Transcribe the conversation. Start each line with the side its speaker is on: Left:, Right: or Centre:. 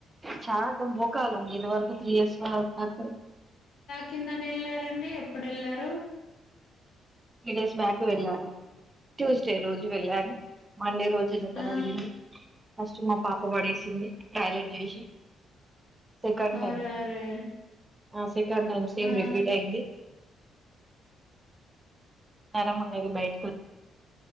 Right: చ మోకాళ్ల ఇది వరకు త్రీ ఇయర <unintelligible>
Left: కిందనెళ్ళారండి ఎప్పుడెళ్లారు
Right: త్రీ డేస్ బ్యాక్ వెళ్ళాను ట్యూస్డే రోజు వెళ్ళాను మండే రోజే దెబ్బతగిలిగింది
Left: ఆ
Right: ఫస్ట్ మా పాప పడేసింది టాయిలెట్ చేసి సెకండ్
Left: అరే
Right: టైం
Left: అరే
Right: ఆ సెకండ్ టైం సేమ్
Left: ఆ
Right: రిపీట్ అయింది సరే మంగెళ్ళిబయట